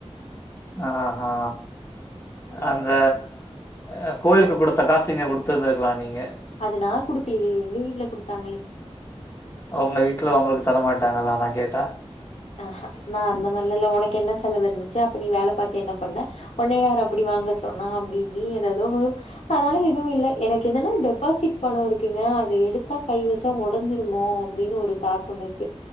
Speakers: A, on the left; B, on the left.
A: ஆஹா
B: ம்
A: அந்த அ கோயிலுக்கு கொடுத்த காச இங்க கொடுத்துருந்துருக்கலா நீங்க
B: அது நா குடுக்கலயே எங்க வீட்ல குடுத்தாங்களே
A: ஒங்க வீட்ல ஒங்களுக்கு தரமாட்டாங்களா நா கேட்டா
B: ஆஹ நா அந்த மாதிரிலல்லா உனக்கென்ன செலவு இருந்துச்சு அப்ப நீ வேல பாத்து என்ன பண்ண உன்ன யாரு அப்டி வாங்க சொன்னா அப்டி இப்டினு ஏதேதோ வரு அதனால எது இல்ல எனக்கு என்னன்னா டெபாசிட் பணோ இருக்குங்க அத எடுத்தா கை வச் டா ஒடஞ்சுருமோ அப்டின் ஒரு தாக்கம் இருக்கு